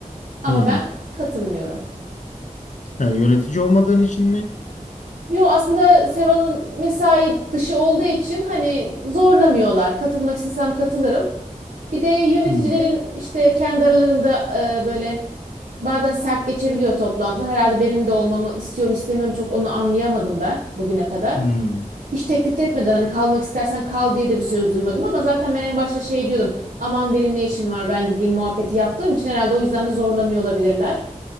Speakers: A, on the right; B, on the left.
A: Ama
B: Hmm.
A: ben katılmıyorum.
B: Ha, yönetici olmadığın için mi?
A: Yo aslında Seval Hanım mesai dışı olduğu için hani zorlamıyorlar. Katılmak istesem katılırım. Bir de yöneticilerin
B: Hmm.
A: işte kendi aralarında e, böyle bazen sert geçebiliyor toplantılar. Herhalde benim de olmamı istiyorum istemiyorum çok onu anlayamadım ben bugüne kadar.
B: Hmm.
A: Hiç teklif de etmediler hani kalmak istersen kal diye de bir söz duymadım ama zaten ben en başta şey diyordum aman benim ne işim var ben gideyim muhabbeti yaptığım için herhalde o yüzden de zorlamıyor olabilirler.